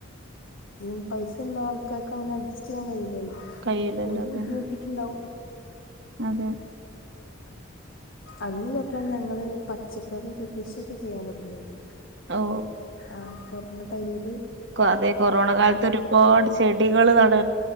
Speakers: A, on the left; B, on the right.
A: ഈ പൈസള്ള ആൾ ക്കാർക്കങ്ങനെ അഡ്ജസ്റ്റ് ചെയ്യാൻ കയ്യൂല്ലല്ലോ
B: കയ്യിലല്ലോ
A: ഓര്
B: അതന്നെ
A: ബുദ്ധിമുട്ടിട്ടിണ്ടാവും
B: അതെ
A: അന്ന് തൊട്ടാണ് ഞങ്ങള് പച്ചക്കറിക്കെ കൃഷിയൊക്കെ ചെയ്യാൻ തുടങ്ങിയത്
B: ഓ
A: ആ കൊർ മ്മ ടൈമില്
B: അതെ കൊറോണ കാലത്ത് ഒരുപാട് ചെ ടികള് നട്ക